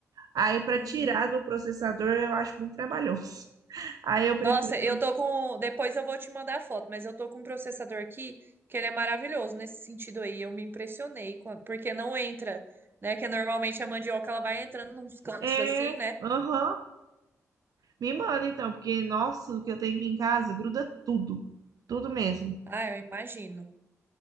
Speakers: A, on the right (about 65°); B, on the right (about 35°).
A: Aí para
B: Uhum.
A: tirar do processador eu acho muito trabalhoso. <laughs> Aí eu prefiro.
B: Nossa, eu
A: <laughs>
B: tô com. Depois eu vou te mandar a foto, mas eu tô com um processador aqui que ele é maravilhoso nesse sentido aí. Eu me impressionei, com- porque não entra, né? Que normalmente a mandioca ela vai entrando nos cantos
A: É,
B: assim, né?
A: aham. Me manda então, porque nossa, o que eu tenho aqui em casa gruda tudo, tudo mesmo.
B: Ah, eu imagino.